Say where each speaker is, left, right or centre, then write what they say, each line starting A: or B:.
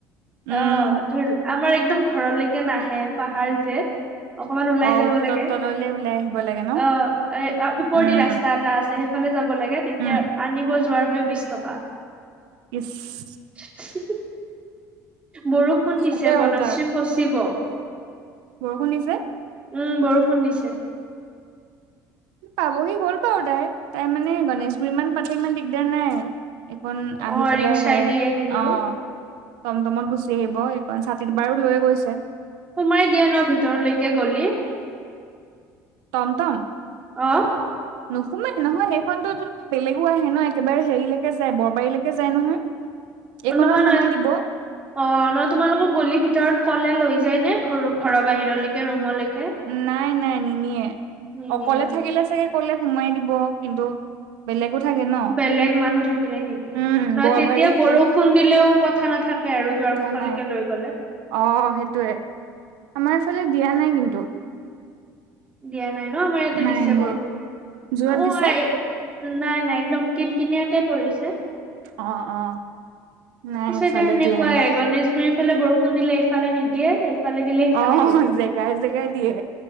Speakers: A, on the right; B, on the right.
A: উম
B: অঁ ধ- আমাৰ একদম ঘৰলৈকে নাহে, পাহাৰ যে অকমান ওলাই
A: অ
B: যাব
A: উপুতৰ
B: লাগে-
A: তললে ওলাই আহিব লাগে ন।
B: অঁ এ ওপৰেদি
A: উম
B: ৰাস্তা এটা আছে সেইফালে যাব লাগে তেতিয়া
A: উম
B: আনিব- যোৱাৰ হৈ বিশ টকা।
A: ইচ -
B: উ <unintelligible> বৰষুণ
A: ভালেই
B: দিছে বনাশ্ৰী
A: আৰু তাৰ
B: ফচিব।
A: বৰষুণ দিছে
B: উম বৰষুণ দিছে।
A: পাবহি হ'ল বাৰু তাই, তাই মানে গণেশগুৰি মান পালে ইমান দিগদাৰ নাই। এইকন আহি
B: অ
A: পেলাই
B: ৰিক্সাই
A: ডাইৰেক্ট,
B: দি আহিলো
A: অঁ - টমটমত গুচি আহিব এইকন, ছাতিটো বাৰো লৈয়ে গৈছে।
B: সোমাই দিয়া ন ভিতৰলৈকে গলি।
A: টমটম।
B: অঁ
A: নোসোমাই নহয় সেইখনতো- বেলেগো আহে ন, একেবাৰে হেৰিলৈকে যায় বৰবাৰীলৈকে যায় নহয়। এইকণত
B: নহয় নই-
A: নমাই দিব
B: অ, নহলে তোমালোকক গলি ভিতৰত ক'লে লৈ যায় নে ঘৰু ঘৰৰ বাহিৰলৈকে ৰুমলৈকে।
A: নাই নাই নিনিয়ে
B: নিনিয়ে
A: অকলে
B: ন?
A: থাকিলে চাগে কলে সোমাই দিব কিন্তু। বেলেগো থাকে ন
B: বেলেগ মানুহ থাকিলে নিনিয়ে
A: উম
B: নহয়
A: বৰবাৰী
B: তেতিয়া বৰষুণ
A: ফ্লেট
B: দিলেও কথা নাথাক কে আৰু দুৱাৰ
A: কথা
B: মুুখলৈকে
A: নাই
B: লৈ গ'লে
A: অ সেইটোৱে আমাৰ এইফালে দিয়া নাই কিন্তু
B: দিয়া নাই ন আমাৰ ইয়াতে
A: নাই
B: দিছে
A: নাই
B: বৰষুণ,
A: যোৰত
B: অঁ
A: দিছে
B: এই - নাই নাই একদম কিন কিনিয়াকে পৰিছে।
A: অ অ নাই
B: চাইদে,
A: এইফালে
B: সেনেকুৱাই
A: দিয়া নাই
B: গণেশগুৰি - ইফালে বৰষুণ দিলে এইফালে নিদিয়ে এইফালে দিলে সেইফালে
A: অ
B: নিদিয়ে।
A: জেগাই জেগাই দিয়ে